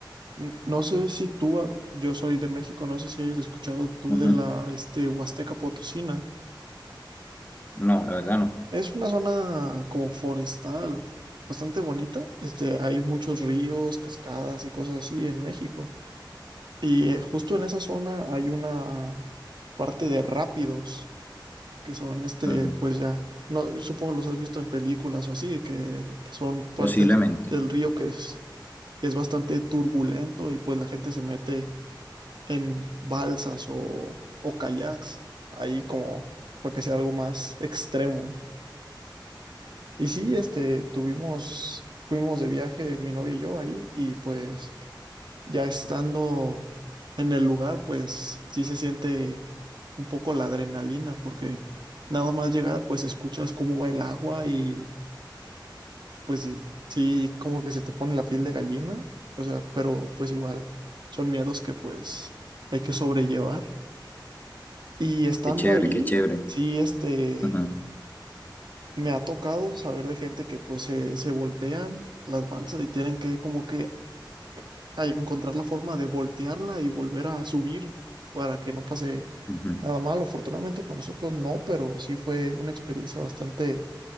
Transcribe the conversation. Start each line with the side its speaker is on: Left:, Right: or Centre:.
Right: N- No sé si tú, ah, yo soy de México, no sé si hayas escuchado tú
Left: Ujú.
Right: de la este, Huasteca Potosina.
Left: No, la verdad no.
Right: Es una zona como forestal, bastante bonita. Este, hay muchos ríos, cascadas y cosas así en México. Y eh, justo en esa zona hay una parte de rápidos. que son este,
Left: Ujú.
Right: pues ya, no, supongo los has visto en películas o así, que son partes
Left: Posiblemente.
Right: del río que es, que es bastante turbulento y pues la gente se mete en balsas o, o kayaks, ahí como para que sea algo más extremo. Y sí, este, tuvimos, fuimos de viaje mi novia y yo ahí y pues ya estando en el lugar, pues sí se siente un poco la adrenalina, porque nada más llegar, pues escuchas cómo va el agua y pues sí, como que se te pone la piel de gallina, o sea, pero pues igual son miedos que pues hay que sobrellevar. Y estando
Left: Qué chévere,
Right: ahí,
Left: qué chévere.
Right: sí, este,
Left: Ujú,
Right: me ha tocado saber de gente que pues se, se voltean las balsas y tienen que como que a encontrar la forma de voltearla y volver a subir para que no pase
Left: ujú.
Right: nada malo. Afortunadamente con nosotros no, pero sí fue una experiencia bastante